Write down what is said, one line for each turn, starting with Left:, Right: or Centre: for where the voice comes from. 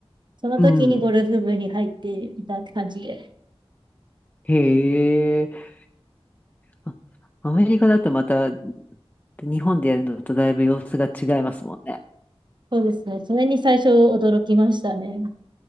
Right: その時にゴルフ部に入っていたって感じで、
Left: うん。へえ。あアメリカだとまた日本でやるのとだいぶ様子が違いますもんね。
Right: そうですね、それに最初驚きましたね。